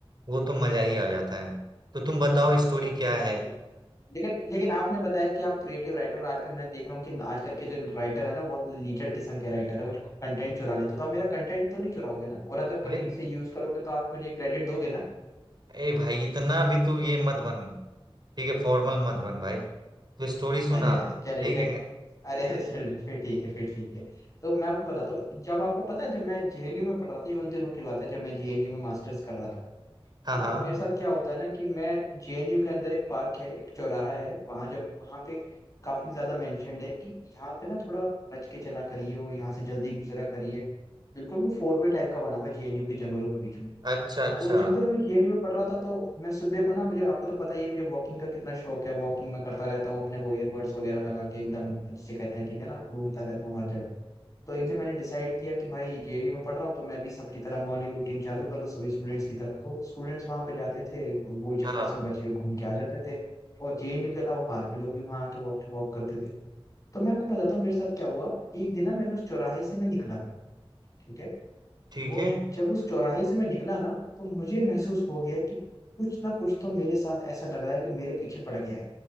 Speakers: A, on the right (about 50°); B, on the left (about 35°).
A: वो तो मजा ही आ जाता है तो तुम बताओ स्टोरी क्या
B: ठीक
A: है
B: ठीक लेकिन लेकिन आपने बताया कि आप क्रिएटिव राइटर और आजकल मैं देख रहा हूँ कि आजकल के जो राइटर है ना बहुत लीचड़ किस्म के राइटर है कुछ कंटेंट चुरा लेते हो तो आप मेरा कंटेंट तो नहीं चुराओगे ना और अगर कभी
A: अरे
B: इसे यूज करोगे तो आप मुझे क्रेडिट दोगे ना
A: ए भाई इतना भी तू ये मत बन ठीक है फॉर्मल मत बन भाई तू स्टोरी सुना
B: अरे अरे चले
A: ठीक
B: चल
A: है
B: अरे अरे चल फिर ठीक है फिर ठीक है तो मैं आपको बताता हूँ जब आपको पता है जब मैं जेएनयू में पढ़ रहा था ये उन दिनों की बात है जब मैं जेएनयू में मास्टर्स कर रहा था
A: हाँ
B: तो
A: हाँ
B: मेरे साथ क्या होता है ना कि मैं जेएनयू के अंदर एक पार्क है एक चौराहा है वहां जब वहां पे काफी ज्यादा मेंशनड है कि यहाँ पे ना थोड़ा बच के चला करिए और यहाँ से जल्दी गुजरा करिए बिल्कुल भी फोर वे टाइप का बना हुआ है जेएनयू के जंगलों के बीच में
A: अच्छा अच्छा
B: तो जिंदर मैं जेएनयू में पढ़ रहा था तो मैं सुबह को ना मुझे आपको तो पता ही है मुझे वॉकिंग का कितना शौक है वॉकिंग मैं करता रहता हूँ अपने वो ईयरबड्स वगैरह लगा के एकदम जिसे कहते हैं ठीक है ना घूमता रहता हूँ हर जगह तो एक दिन मैंने डिसाइड किया कि भाई जेएनयू में पढ़ रहा हूँ तो मैं भी सबकी तरह मॉर्निंग रूटीन चालू कर दूँ सभी स्टूडेंट्स की तरह तो स्टूडेंट्स वहां पे जाते थे वो गोल चक्कर
A: हाँ
B: से बच के घूम के आ जाते थे और जेएनयू के अलावा बाहर के लोग भी वहां आके वॉक वॉक करते थे तो मैं आपको बताता हूँ मेरे साथ क्या हुआ एक दिन ना मैंने उस चौराहे से मैं निकला ठीक है
A: ठीक
B: और
A: है
B: जब उस चौराहे से मैं निकला ना तो मुझे महसूस हो गया कि कुछ ना कुछ तो मेरे साथ ऐसा लग रहा है कि मेरे पीछे पड़ गया है